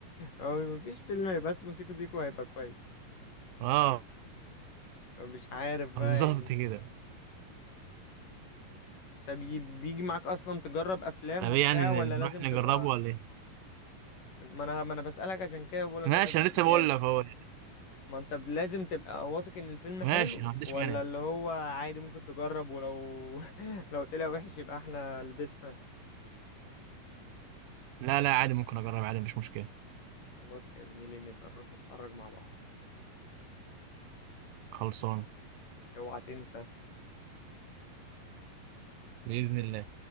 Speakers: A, on the left; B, on the right.
A: هو مفيش فيلم هيبقى اسمه سيكو سيكو هيبقى كويس
B: أه
A: مش عارف بقى
B: بالظبط
A: يعني
B: كده
A: طب ي- بيجي معاك اصلا تجرب افلام
B: طب
A: وبتاع
B: إيه يعني
A: ولا
B: نروح
A: لازم
B: نجربه
A: تبقى
B: ولا إيه؟
A: ما انا ما انا بسألك عشان كده بقول لك
B: ماشي
A: انت ب-
B: انا لسه
A: يعني
B: بقول لك اهو
A: ما انت ب- لازم تبقى واثق ان الفيلم
B: ماشي
A: حلو
B: ما عنديش
A: ولا
B: مانع
A: اللي هو عادي ممكن تجرب ولو <laughs> لو طلع وحش يبقى احنا لبسنا
B: لا لا عادي ممكن اجرب عادي مش مشكله
A: خلاص يا زميلي نبقى نروح نتفرج مع بعض
B: خلصانه
A: اوعى تنسى
B: باذن الله